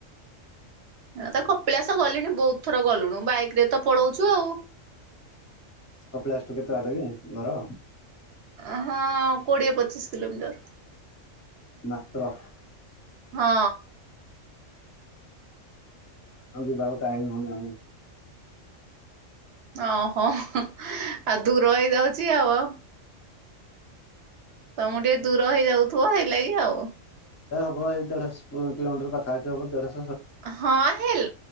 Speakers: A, on the right; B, on the left.
A: ଏ ତ କପିଳାସ ଗଲିଣି ବୋହୁତ ଥର ଗଲୁଣୁ ବାଇକ୍ ରେ ତ ପଳଉଚୁ ଆଉ।
B: କପିଳାସଠୁ କେତେ ବାଟ କି ଘର?
A: ଅଁ ହଁ କୋଡ଼ିଏ ପଚିଶ କିଲୋମିଟର୍।
B: ମାତ୍ର।
A: ହଁ।
B: ଆଁ ଯିବାକୁ ଟାଇମ୍ ହଉନି ଆମୁ।
A: ଅହ ଆଉ ଦୂର ହେଇଯାଉଚି ଆଉ ଆଉ। ତମୁ ଟିକେ ଦୂର ହେଇଯାଉଥୁବ ହେଇଲାଗି ଆଉ।
B: ବ ଏଇ ଦେଢ଼ଶ ପୁ କିଲୋମିଟର୍ ପାଖାପଖି ହବ ଦେଢ଼ଶ
A: ହଁ ହେଲ